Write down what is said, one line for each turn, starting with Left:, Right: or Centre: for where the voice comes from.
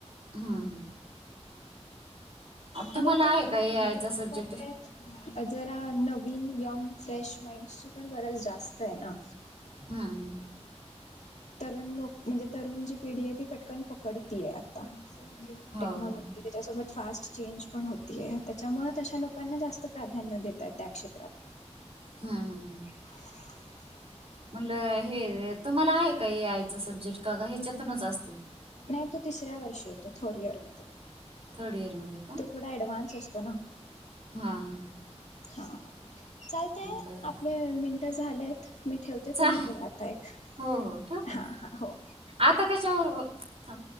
Right: हा हा. तुम्हाला
Left: आणि तिथं
Right: आहे का ए आयचा सब्जेक्ट?
Left: कस <unintelligible> जरा नवीन यंग फ्रेश माइंडची पण गरज जास्त आहे ना.
Right: हम्म हम.
Left: तरुण लोक म्हणजे तरुण जी पिढी आहे ती पटकन पकडती आहे.
Right: हो,
Left: टेक्नॉलॉजी
Right: हो, हो.
Left: त्याच्यासोबत फास्ट चेंज. पण होतीय त्याच्यामुळे तशा लोकांना जास्त प्राधान्य देतात त्या क्षेत्रात.
Right: हम हम.
Left: <inaudible>
Right: म्हटलं हे तुम्हाला आहे का ए आयच सब्जेक्ट का का ह्याच्यातूनच असतय.
Left: नाही तो तिसऱ्या वर्षी येतो थर्ड इर मध्ये.
Right: थर्ड इयरमध्ये
Left: तो थोडा ऍडव्हान्स असतो ना.
Right: हा हा.
Left: हां. चालतय
Right: बरं.
Left: आपले मिनटं झालेत मी ठेवते
Right: चालेल.
Left: तुम्ही करा आता एक.
Right: हो ठेवुका
Left: हा हा हो.
Right: आता कशावर थ